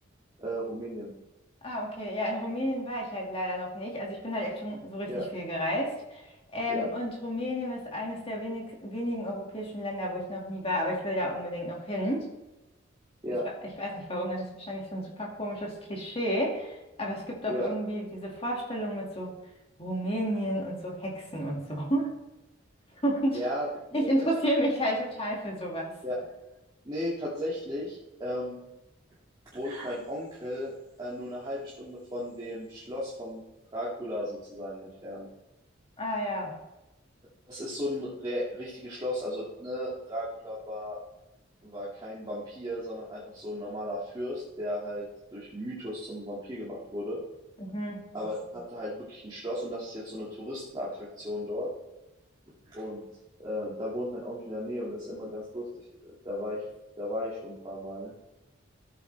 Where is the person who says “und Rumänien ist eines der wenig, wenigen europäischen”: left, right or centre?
Left